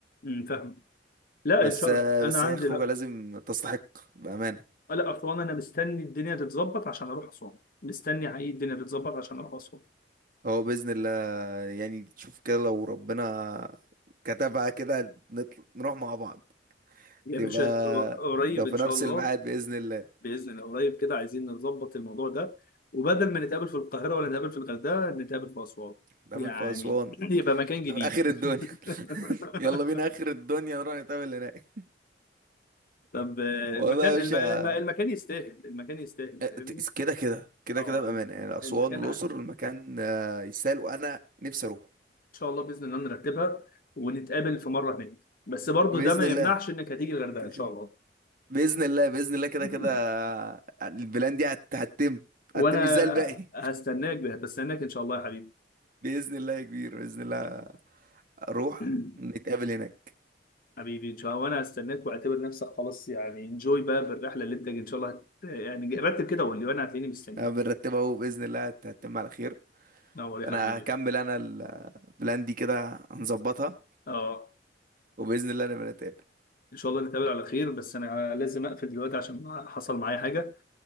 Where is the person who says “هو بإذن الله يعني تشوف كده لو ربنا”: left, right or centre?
Right